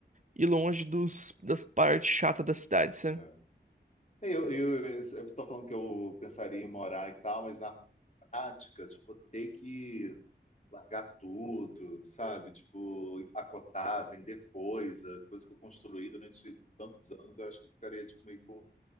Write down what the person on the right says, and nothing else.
e longe dos, das partes chatas da cidade, sabe?